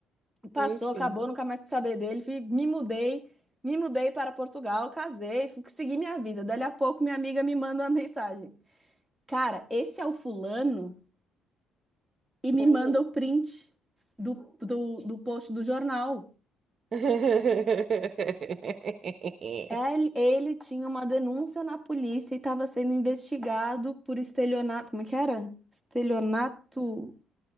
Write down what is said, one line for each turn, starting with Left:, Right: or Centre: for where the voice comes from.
Centre: passou,
Right: Enfim.
Centre: acabou, nunca mais quis saber dele, fui- me mudei, me mudei para Portugal, casei, fui- segui minha vida. Dali a pouco minha amiga me manda uma mensagem. Cara, esse é o fulano? e me
Right: Uhum.
Centre: manda o print do, do, do post do jornal.
Right: <laughs>
Centre: Ele, ele tinha uma denúncia na polícia e estava sendo investigado por estelionato. Como é que era? Estelionato.